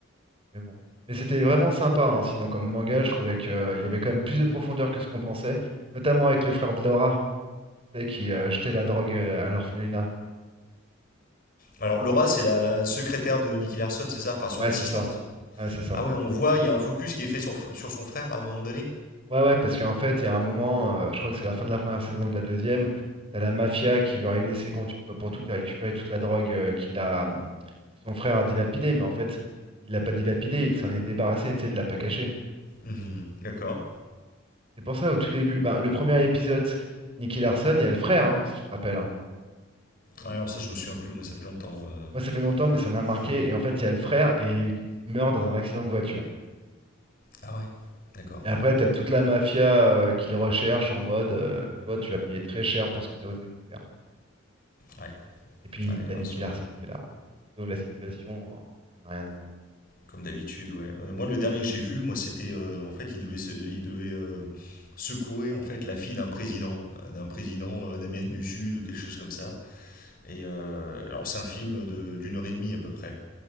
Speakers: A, on the right; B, on the left.
A: mais bon. Mais c'était vraiment sympa, hein. Sinon, comme manga, je trouvais qu'il y avait quand même plus de profondeur que ce qu'on pensait, notamment avec les frères de Laura, tu sais, qui euh, jetaient la drogue euh, à l'orphelinat.
B: Alors Laura c'est la secrétaire de Nicky Larson, c'est ça Enfin son
A: Ouais,
B: assistante.
A: c'est ça. Ouais, c'est ça.
B: Ah ouais, on voit, il y a un focus qui est fait son sur son frère à un moment donné.
A: Ouais, ouais, parce qu'en fait, il y a un moment, euh, je crois que c'est la fin de la première saison ou de la deuxième, t'as la mafia qui veut régler ses comptes une fois pour toutes et récupérer toute la drogue euh, qu'il a, hum, que son frère a dilapidée, mais en fait, il l'a pas dilapidée, il s'en est débarrassé, tu sais, il l'a pas caché.
B: Mhm, D'accord.
A: C'est pour ça, au tout début, ben, le premier épisode, Nicky Larson, il y a le frère, hein, si tu te rappelles. hein.
B: Ouais, alors ça je me souviens plus, moi ça fait longtemps. euh.
A: Moi, ça fait longtemps, mais ça m'a marqué,
B: Mhm.
A: et en fait, il y a le frère, et il il meurt dans un accident de voiture.
B: Ah ouais, d'accord.
A: Et après, t'as toute la mafia euh, qui les recherche en mode, euh, toi, tu vas payer très cher pour ce que t'as osé nous faire.
B: Ouais.
A: Et puis,
B: Ouais,
A: t'as
B: là,
A: Nicky
B: je-
A: Larson qui est là. sauve la situation en, en un rien de temps.
B: Comme d'habitude, ouais. Euh, moi, le dernier que j'ai vu, moi, c'était euh, en fait, il devait, se- il devait euh, secourir en fait la fille d'un président, euh, d'un président euh, d'Amérique du Sud, quelque chose comme ça. Et euh, alors, c'est un film de- d'une heure et demie à peu près,